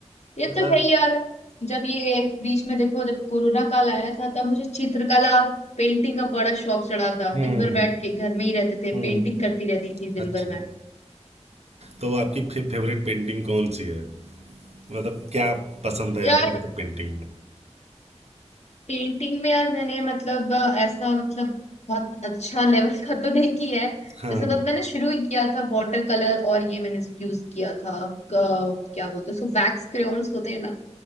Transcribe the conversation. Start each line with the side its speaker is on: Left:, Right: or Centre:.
Left: ये तो
Right: अ,
Left: है ही यार जब ये बीच में देखो जब कोरोना काल आया था तब मुझे चित्रकला पेंटिंग का बड़ा शौक चढ़ा था
Right: हम्म
Left: दिन भर बैठ के घर में ही रहते थे
Right: हम्म
Left: पेंटिंग करती रहती थी दिन
Right: अच्छा
Left: भर में
Right: तो आपकी फे, फेवरेट पेंटिंग कौन सी है मतलब क्या पसंद है
Left: यार
Right: आपको मतलब पेंटिंग में
Left: पेंटिंग में यार मैंने मतलब अ, ऐसा मतलब बहुत अच्छा लेवल का तो नहीं किया है
Right: हाँ
Left: जैसे बस मैंने शुरू ही किया था वाटर कलर और ये मैंने यूज किया था क- क्या बोलते हैं उसको वैक्स क्रेयॉन्स होते हैं ना